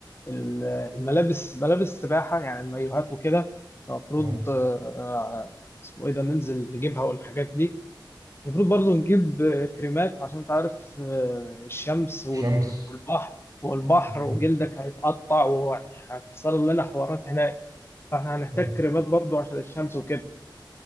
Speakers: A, on the left; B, on the right.
A: ال- الملابس ملابس السباحة يعني المايوهات وكده المفروض
B: اه
A: آه، آه، اسمه ايه ده ننزل نجيبها والحاجات دي المفروض برضو نجيب آه، كريمات عشان تعرف آه، الشمس وال-
B: شمس
A: والبحر والبحر
B: تمام.
A: وجلدك هيتقطع وهتحصل لنا حوارات هناك فاحنا هنحتاج
B: آه.
A: كريمات برضو عشان الشمس وكده